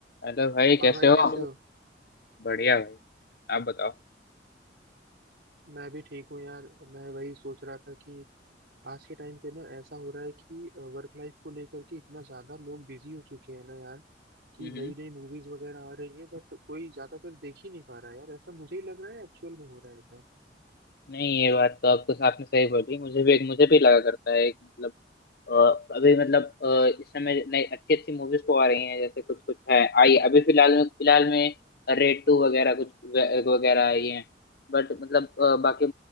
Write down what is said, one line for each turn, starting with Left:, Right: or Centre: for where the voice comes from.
Left: Hello भाई
Right: और
Left: कैसे
Right: भाई
Left: हो
Right: कैसे
Left: हेलो।
Right: हो
Left: बढ़िया भाई आप बताओ
Right: मैं भी ठीक हूँ यार मैं वही सोच रहा था कि आज के टाइम पे ना ऐसा हो रहा है कि वर्क लाइफ को लेकर के इतना ज्यादा लोग बिजी हो चुके हैं ना यार कि
Left: हम्म
Right: नई नई मूवीज वगैरह आ रही है बट कोई ज्यादातर देख ही नहीं पा रहा है यार ऐसा मुझे ही लग रहा है एक्चुअल में हो रहा है ऐसा
Left: नहीं ये बात तो आपको आपने सही बोली मुझे भी मुझे भी लगा करता है एक मतलब अ, अभी मतलब अ, इस समय नई अच्छी अच्छी मूवीज तो आ रही हैं जैसे कुछ कुछ है आई अभी फिलहाल में फिलहाल में रेड टू वगैरह कुछ वे- वगैरह आई हैं बट मतलब अ, बाकी